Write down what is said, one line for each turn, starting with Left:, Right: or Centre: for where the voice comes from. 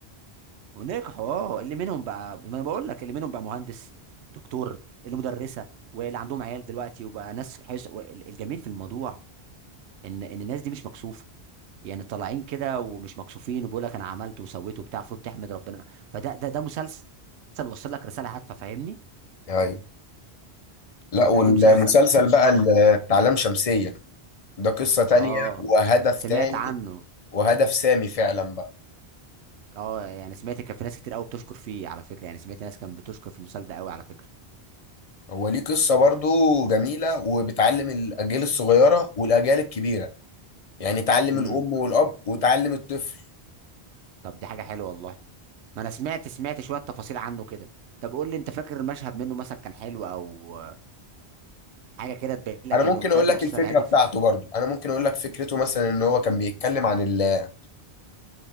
Right: ونجحوا اه اللي منهم بقى ما انا بقول لك اللي منهم بقى مهندس دكتور اللي مدرسه واللي عندهم عيال دلوقتي وبقى ناس حس... وال- الجميل في الموضوع ان ان الناس دي مش مكسوفه يعني طالعين كده ومش مكسوفين وبيقول لك انا عملت وسويت وبتاع المفروض تحمد ربنا فده ده ده مسلسل وصل لك رساله هادفه فاهمني
Left: ايوه لا
Right: ادي
Left: والمسلسل
Right: آدي مسلسل
Left: بقى
Right: عن
Left: اللي بتاع لام شمسية ده قصة تانية
Right: اه
Left: وهدف
Right: سمعت
Left: تاني
Right: عنه
Left: وهدف سامي فعلا بقى
Right: اه يعني سمعت كان في ناس كتير قوي بتشكر فيه على فكره يعني سمعت ناس كانت بتشكر في المسلسل ده قوي على فكره
Left: هو ليه قصة برضو جميلة وبتعلم الأجيال الصغيرة والأجيال الكبيرة يعني تعلم
Right: امم
Left: الأم والأب وتعلم الطفل
Right: طب دي حاجه حلوه والله ما انا سمعت سمعت شويه تفاصيل عنه كده طب قول لي انت فاكر مشهد منه مثلا كان حلو او حاجه كده تبين لك
Left: أنا ممكن
Right: انه بجد
Left: أقول لك
Right: مسلسل
Left: الفكرة
Right: هادف
Left: بتاعته برضو أنا ممكن أقول لك فكرته مثلا إن هو كان بيتكلم عن ال-